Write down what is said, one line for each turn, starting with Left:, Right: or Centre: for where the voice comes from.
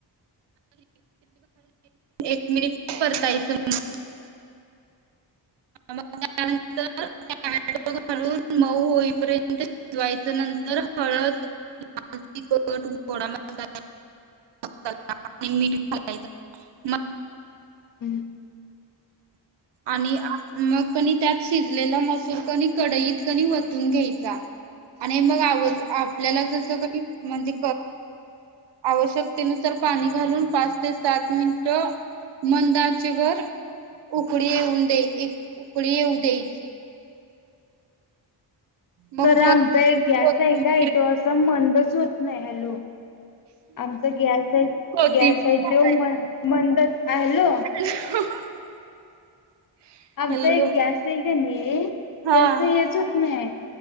Right: एक मिनिट परतायचं मग मग त्यानंतर टमॅट घालून मऊ होईपर्यंत शिजवायच नंतर हळद लाल तिखट घोडा मसाला आणि मीठ घालायच म
Left: हम्म.
Right: आणि मग क त्यात शिजलेला मसूर क कडईत कणी वतून घ्यायचा आणि मग आ. आपल्याला जसं काही म्हणजे आवश्यकतेनुसार पाणी घालून पाच ते सात मिनिट मंद आचेवर वर उकळी येऊन दे्या एक उकळी येऊ द्यायची. मग
Left: तर आमचा
Right: वरून
Left: एक गॅस
Right: कोथिंबीर
Left: हाय काय तो असा मंदच. होत नाही हॅलो. आमचा गॅस हाय
Right: कोथिंबीर
Left: गॅस हाय
Right: घालायची.
Left: तेो म मंदच. हा हॅलो.
Right: <unintelligible>
Left: आमचा
Right: हॅलो
Left: एक गॅस नी
Right: हा
Left: त्यास हेचच नाही.